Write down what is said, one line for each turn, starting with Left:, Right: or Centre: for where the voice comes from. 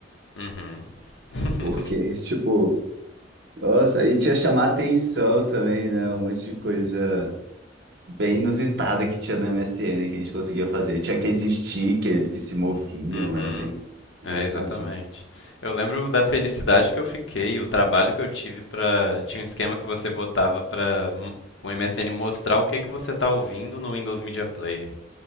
Left: Uhum. <laughs>
Right: Porque, <laughs> tipo, nossa, e tinha chamar atenção também, né? Um monte de coisa bem inusitada que tinha no MSN que a gente conseguia fazer. Tinha aqueles stickers que se moviam,
Left: Uhum.
Right: era bem engraçadinho.
Left: É, exatamente. Eu lembro da felicidade que eu fiquei, o trabalho que eu tive pra. Tinha um esquema que você botava pra m- o MSN mostrar o que que você tá ouvindo no Windows Media Player.